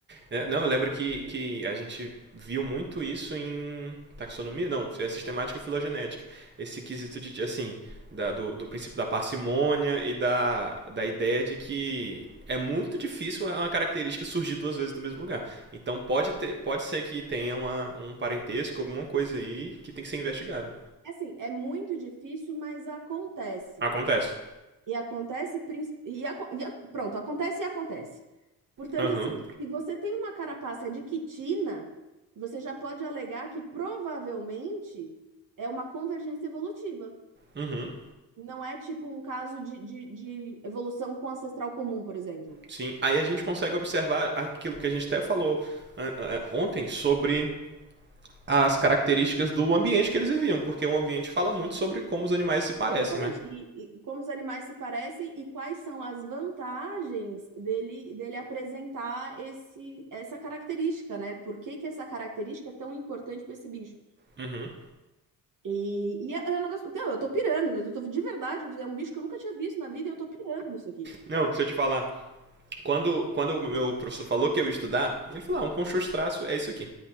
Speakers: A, on the right (about 30°); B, on the right (about 55°).
A: É, não, eu lembro que, que a gente viu muito isso em taxonomia, não, é sistemática e filogenética. Esse quesito de, assim, da- do, do princípio da parcimônia e da, da ideia de que é muito difícil é uma característica surgir duas vezes do mesmo lugar. Então pode, ter, pode ser que tenha uma, um parentesco, alguma coisa aí que tem que ser investigado.
B: Assim, é muito difícil, mas acontece.
A: Acontece.
B: E acontece, princi- e, aco- e a- pronto, acontece e acontece. Portanto,
A: Aham,
B: assim, se você tem uma carapaça de quitina, você já pode alegar que provavelmente é uma convergência evolutiva.
A: uhum, uhum,
B: Não é tipo um caso de, de, de evolução com ancestral comum, por exemplo.
A: sim. Aí a gente consegue observar aquilo que a gente até falou ah, ah, ontem sobre as características do ambiente que eles viviam, porque o ambiente fala muito sobre como os animais se parecem,
B: Exatamente.
A: né?
B: E, e como os animais se parecem e quais são as vantagens dele, dele apresentar esse, essa característica, né? Por que que essa característica é tão importante para esse bicho?
A: Uhum.
B: E, e é, é um negócio. então eu tô pirando, né? Eu tô de verdade, é um bicho que eu nunca tinha visto na vida e eu tô pirando isso aqui.
A: Não, deixa eu te falar. Quando, quando o meu professor falou que eu ia estudar, ele falou: ah, um conchostrácio é isso aqui.